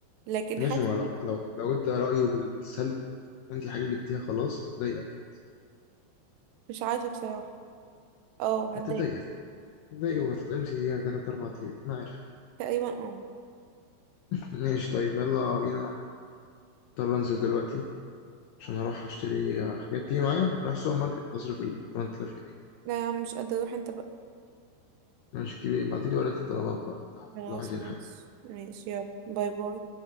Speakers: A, on the right (about 80°); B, on the left (about 80°).
A: لكن
B: ماشي
A: حاسه
B: ما لو لو لو انت رأيه بالسلب انت حاجة جبتيها خلاص هتضايق اكيد
A: مش عارفه بصراحه اه هتضايق
B: هتضايق هتضايق وهتتقمصي فيها تلات أربع أيام أنا عارف
A: تقريبا اه
B: ماشي طيب يلا بينا اضطر انزل دلوقتي عشان اروح اشتري حاجات تيجي معايا رايح السوبر ماركت اصرف ال 8000 جنيه
A: لا يا عم مش قادره اروح انت بقى
B: ماشي كتير بعتيلي ورقة الطلبات بقى بتاعتك
A: خلاص
B: لو عايزين
A: ماشي
B: حاجة
A: ماشي يلا باي باي